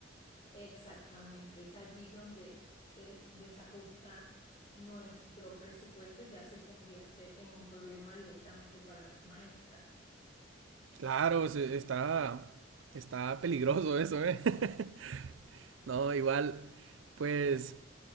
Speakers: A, on the left (about 30°); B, on the right (about 75°).
A: Exactamente, es allí donde eh, desajusta nuestro presupuesto y ya se convierte en un problema directamente para las maestras.
B: Claro, se- está, está peligroso eso, ¿eh? <laughs> No, igual, pues,